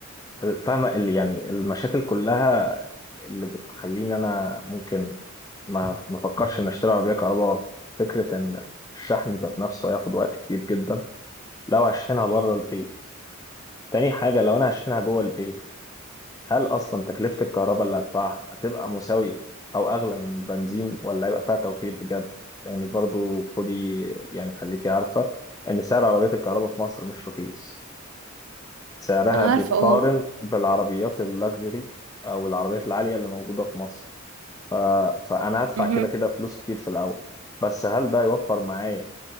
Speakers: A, on the left (about 15°); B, on the right (about 85°).
A: فاهمة اللي يعني المشاكل كلها اللي بتخليني أنا ممكن ما ما أفكرش إن أشتري عربية كهرباء فكرة إن الشحن ذات نفسه هياخد وقت كتير جدا لو هشحنها بره البيت تاني حاجة لو أنا هشحنها جوه البيت هل أصلا تكلفة الكهرباء اللي هدفعها هتبقى مساوية أو أغلى من البنزين ولا هيبقى فيها توفير بجد يعني برضو خدي يعني خليكي عارفة إن سعر عربية الكهرباء في مصر مش رخيص سعرها
B: ما انا
A: بيتقارن
B: عارفة اه
A: بالعربيات اللاكجري او العربيات العاليه اللي موجوده في مصر ف... فانا هدفع
B: مهم.
A: كده كده فلوس كتير في الاول بس هل ده يوفر معايا